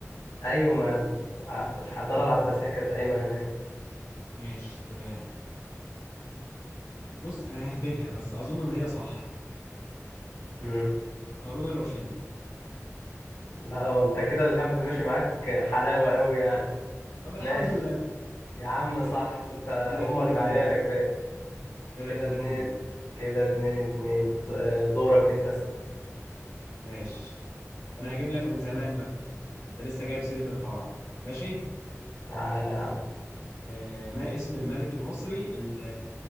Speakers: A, on the left; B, on the left.
A: ايوه ما العب- الحضاره
B: مم.
A: العباسيه كانت قايمه هناك
B: ماشي تمام بص انا ههبدها بس اظن ان هي صح
A: مم.
B: هارون الرشيد
A: لا هو انت كده الهبد ماشي معاك حلاوه قوي يعني
B: طب الحمد
A: ماشي
B: لله
A: يا عم
B: ماشي
A: صح
B: كده
A: انت
B: كده اتنين
A: امك دعيالك
B: اتنين
A: بقى
B: كده
A: كده
B: اتنين
A: اتنين
B: اتنين
A: كده اتنين اتنين د- دورك انت اسأل
B: ماشي انا هجيب لك من زمان بقى انت لسه جايب سيرة الفراعنة ماشي
A: تعالى يا عم
B: آه ما اسم الملك المصري اللي,